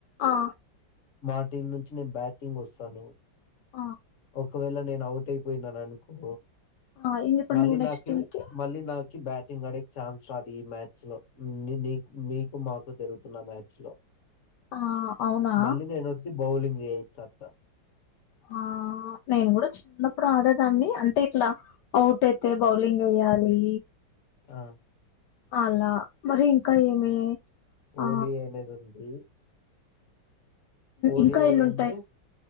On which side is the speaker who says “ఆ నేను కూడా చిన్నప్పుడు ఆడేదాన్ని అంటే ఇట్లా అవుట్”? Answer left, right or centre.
Left